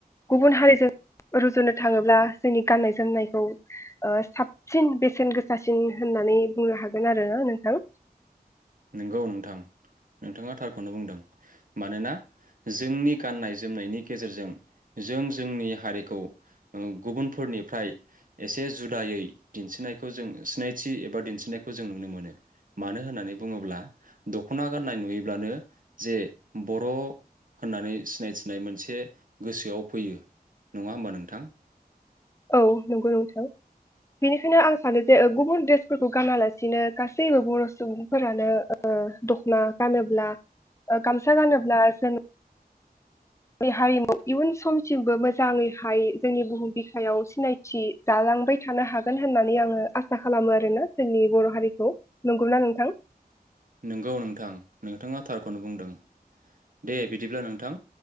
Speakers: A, on the left (about 20°); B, on the right (about 60°).
A: गुबुन हारिजों रुजुनो थाङोब्ला जोंनि गाननाय जोमनायखौ ओ साबसिन बेसेन गोसासिन होननानै बुंनो हागोन आरो नोंथां
B: नंगौ नोंथां नोंथाङा थारखौनो बुंदों मानोना जोंनि गाननाय जोमनायनि गेजेरजों जों जोंनि हारिखौ ओ गुबुनफोरनिफ्राय एसे जुदायै दिन्थिनायखौ जों सिनायथि एबा दिन्थिनायखौ जों नुनो मोनो मानो होननानै बुङोब्ला दखना गाननाय नुयोब्लानो जे बर होननानै सिनायथिनाय मोनसे गोसोआव फैयो नङा होमबा नोंथां
A: औ नंगौ नोंथां बेनिखायनो आं सानो जे गुबुन ड्रेसफोरखौ गानालासिनो गासैबो बर सुबुंफोरानो ओ दखना गानोब्ला ओ गामसा गानोब्ला जों नि हारिमु इयुन समसिमबो मोजाङैहाय जोंनि बुहुम बिखायाव सिनायथि जालांबाय थानो हागोन होननानै आङो आसा खालामो आरोना जोंनि बर हारिखौ नंगौना नोंथां
B: नंगौ नोंथां नोंथाङा थारखौनो बुंदों दे बिदिब्ला नोंथां